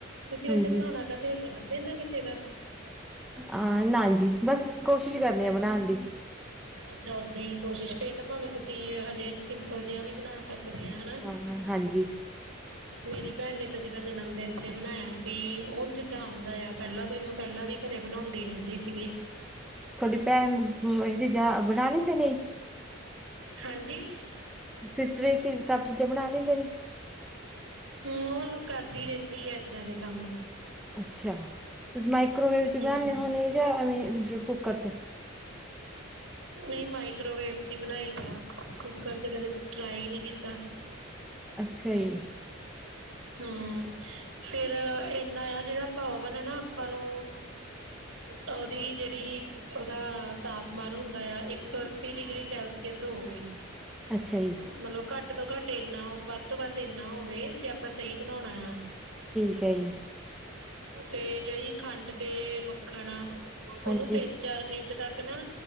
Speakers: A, on the right; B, in the centre.
A: ਤੁਸੀਂ
B: ਹਾਂਜੀ
A: ਵੈਸੇ ਬਣਾਉਣਾ ਕਰਤੇ ਜਨਮਦਿਨ <inaudible> ਕਿਦਾ?
B: ਹਾਂ, ਨਾਜੀ ਬਸ ਕੋਸ਼ਿਸ਼ ਕਰਨੀੇ ਆ ਬਣਾਣ ਦੀ।
A: ਅੱਛਾ, ਓਦਾਂ ਹੀ ਕੋਸ਼ਿਸ਼ ਫੇ ਤਾਂ ਭਾਵੇਂ ਤੁਸੀਂ ਹਜੇ ਸਿੰਪਲ ਜਿਹਾ ਵੀ ਬਣਾ ਸਕ ਦੇ ਨਾ।
B: ਹਾਂ ਹਾਂਜੀ
A: ਮੇਰੀ ਭੈਣ ਨੇ ਤਾਂ ਜਿਦਾਂ ਜਨਮ ਦਿਨ ਤੇ ਬਣਾਇਆ ਸੀ ਉਹਨੂੰ ਜਿੱਦਾਂ ਆਉਂਦਾ ਆ ਪਹਿਲਾਂ ਤੋਂ ਹੀ ਉਹ ਪਹਿਲਾਂ ਵੀ ਘਰੇ ਬਣਾਉਂਦੀ ਰਹਿੰਦੀ ਸੀਗੀ।
B: ਤੁਹਾਡੀ ਭੈਣ ਇਹ ਚੀਜ਼ਾਂ ਬਣਾ ਲੈਂਦੇ ਨੇ
A: ਹਾਂਜੀ।
B: ਸਿਸਟਰ ਸੀ ਸਭ ਚੀਜ਼ਾਂ ਬਣਾ ਲੈਂਦੇ ਨੇ।
A: ਹੂੰ ਉਹਣ ਕਰਦੀ ਰਹਿੰਦੀ ਹੈ ਏਦਾਂ ਦੇ ਕੰਮ
B: ਅੱਛਾ ਤੁਸੀ ਮਾਈਕ੍ਰੋਵੇਵ ਚ ਬਣਾਣੇ
A: ਹਮ
B: ਹੋਣੇ ਜਾਂਵੇਂ ਮਤਲਬ ਕੁੱਕਰ ਚ
A: ਨਹੀਂ ਮਾਈਕ੍ਰੋਵੇਵ ਚ ਹੀ ਬਣਾਈ ਦਾ ਕੁੱਕਰ ਚ ਕਦੇ ਟਰਾਈ ਨਹੀਂ ਕੀਤਾ।
B: ਅੱਛਾ ਜੀ।
A: ਹੂੰ ਫੇਰ ਇਨਾ ਆ ਜਿਹੜਾ ਭਵਨ ਆ ਨਾ ਆਪਾਂ ਨੂੰ ਉਹਦੀ ਜਿਹੜੀ ਓਦਾ ਤਾਪਮਾਨ ਹੁੰਦਾ ਆ ਇੱਕ ਸੌ ਅੱਸੀ ਡਿਗਰੀ ਸੈਲਸੀਅਸ ਹੋਵੇ।
B: ਅੱਛਾ ਜੀ
A: ਮਤਲਬ ਘੱਟ ਤੋਂ ਘੱਟ ਇੰਨਾ ਵੱਧ ਤੋਂ ਵੱਧ ਇੰਨਾ ਹੋਵੇ ਆਪਾਂ ਸਹੀ ਬਣਾਉਣਾ ਆ।
B: ਠੀਕ ਹੈ ਜੀ
A: ਫੇਰ ਜਿਹੜੀ ਖੰਡ ਤੇ ਮੱਖਣ ਆ ਉਹਨੂੰ
B: ਹਾਂਜੀ
A: ਤਿੰਨ ਚਾਰ ਮਿੰਟ ਤੱਕ ਕਾ ਣਾ